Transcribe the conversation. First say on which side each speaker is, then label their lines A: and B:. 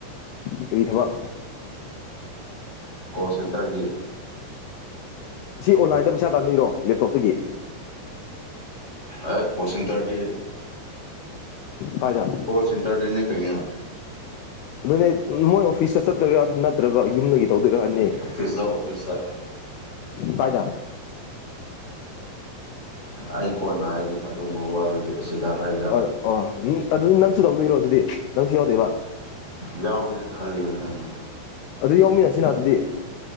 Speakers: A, on the left (about 80°); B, on the left (about 15°).
A: ꯀꯔꯤ ꯊꯥꯕꯛ
B: ꯀꯣꯜ ꯁꯦꯟꯇꯔꯒꯤ
A: ꯑꯁꯤ ꯑꯣꯟꯂꯥꯏꯟꯗ ꯄꯩꯁꯥ ꯇꯥꯟꯗꯣꯢꯔꯣ ꯂꯦꯞꯇꯣꯞꯇꯒꯤ
B: ꯑꯦ ꯀꯣꯜ ꯁꯦꯟꯇꯔꯗꯤ
A: ꯀꯥꯏꯗ
B: ꯀꯣꯜ ꯁꯦꯟꯇꯔꯗꯤꯅꯦ ꯀꯩꯅꯣ
A: ꯑꯗꯨꯅꯦ ꯃꯣꯏ ꯑꯣꯐꯤꯁꯇ ꯆꯠꯇꯣꯏꯔꯥ ꯅꯠꯇ꯭ꯔꯒ ꯌꯨꯝꯗꯒꯤ ꯇꯧꯗꯣꯏꯔꯣ ꯍꯥꯢꯃꯤ
B: ꯑꯣꯐꯤꯁꯇ ꯑꯣꯐꯤꯁꯇ
A: ꯀꯥꯏꯗ
B: ꯑꯩ ꯀꯣꯟꯅ ꯍꯥꯏꯒꯦ ꯑꯗꯨꯒꯨꯝꯕ ꯋꯥꯗꯨ ꯑꯁꯤꯗ ꯍꯥꯏ
A: ꯑꯣ ꯑꯣ ꯑꯗꯨꯗꯤ ꯅꯪꯁꯨ ꯇꯧꯗꯣꯏꯔꯣ ꯑꯗꯨꯗꯤ ꯅꯪꯁꯨ ꯌꯥꯎꯗꯣꯏꯕ
B: ꯌꯥꯎꯒꯦꯅ ꯈꯜꯂꯤꯕꯅꯦ
A: ꯑꯗꯨ ꯌꯥꯎꯃꯤꯟꯅꯁꯤꯅ ꯑꯗꯨꯗꯤ